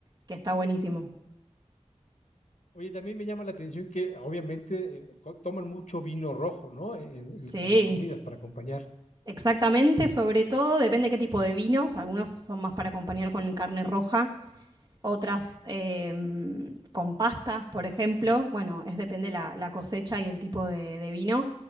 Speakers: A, on the right (about 35°); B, on the left (about 80°).
A: que está buenísimo.
B: Oye, también me llama la atención que obviamente eh, co- toman mucho vino rojo, ¿no? En-
A: Sí.
B: en- con las comidas para acompañar.
A: Exactamente, sobre todo depende qué tipo de vinos. Algunos son más para acompañar con carne roja, otras em, con pastas, por ejemplo. Bueno, es depende la, la cosecha y el tipo de, de vino.